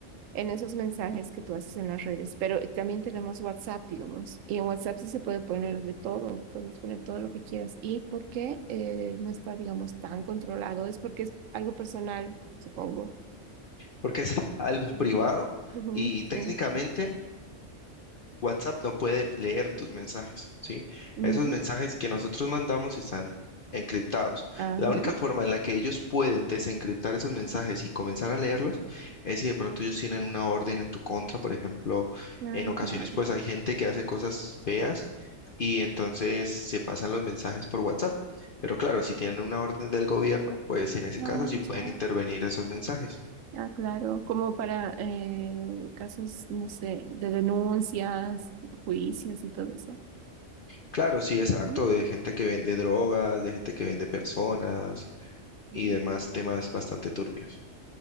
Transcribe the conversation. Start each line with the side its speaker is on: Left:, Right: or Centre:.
Right: en esos mensajes que tú haces en las redes? Pero también tenemos WhatsApp, digamos, y en WhatsApp sí se puede poner de todo, puedes poner todo lo que quieras. ¿Y por qué eh, no está, digamos, tan controlado? Es porque es algo personal, supongo.
Left: porque es <laughs> algo
Right: Mm.
Left: privado
Right: Ujú,
Left: y técnicamente
Right: Sí.
Left: WhatsApp no puede leer tus mensajes, ¿sí?
Right: Ujú.
Left: Esos mensajes que nosotros mandamos están encriptados.
Right: Ajá.
Left: La única forma en la que ellos pueden desencriptar esos mensajes y comenzar a leerlos es si de pronto ellos tienen una orden en tu contra, por ejemplo,
Right: Ah,
Left: en ocasiones
Right: claro.
Left: pues hay gente que hace cosas feas y entonces se pasan los mensajes por WhatsApp. Pero claro, si tienen una orden del gobierno, pues en ese
Right: Ah,
Left: caso sí pueden
Right: ya.
Left: intervenir esos mensajes.
Right: Ah, claro. Como para eh, casos, no sé, de denuncias, juicios y todo eso.
Left: Claro, sí, exacto,
Right: Ujú.
Left: de gente que vende drogas, de gente que vende personas
Right: Ujú.
Left: y demás temas bastante turbios.